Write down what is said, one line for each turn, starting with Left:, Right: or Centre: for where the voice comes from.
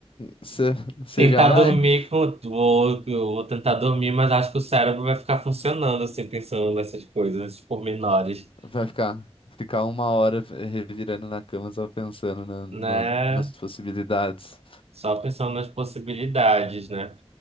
Left: Você
Right: Tentar
Left: já vai?
Right: dormir com. Vou, vou tentar dormir, mas acho que o cérebro vai ficar funcionando, assim, pensando nessas coisas, nesses pormenores,
Left: Vai ficar, ficar uma hora revirando na cama só pensando na- no-
Right: né?
Left: nas possibilidades.
Right: Só pensando nas possibilidades, né?